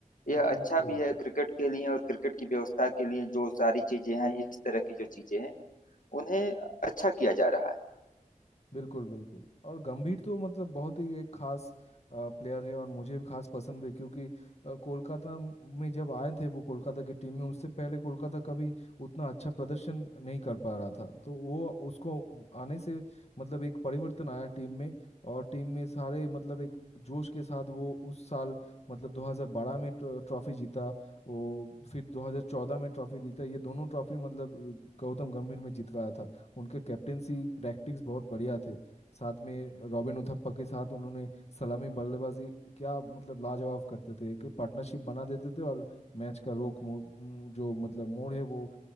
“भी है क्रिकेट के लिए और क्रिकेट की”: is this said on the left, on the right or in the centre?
Left